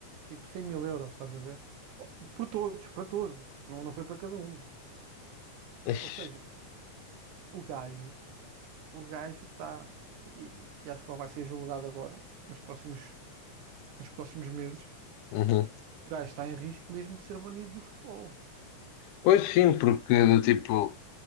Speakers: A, on the right; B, on the left.
A: Tipo 100 mil euros, estás a ver? Oh, Por todos, para todos. Não, não foi para cada um.
B: Ixi,
A: Ou seja, o gajo o gajo está, e, e- acho que ele vai ser julgado agora, nos próximos, nos próximos meses,
B: uhum.
A: o gajo está em risco mesmo de ser banido do futebol.
B: Pois sim, porque do tipo,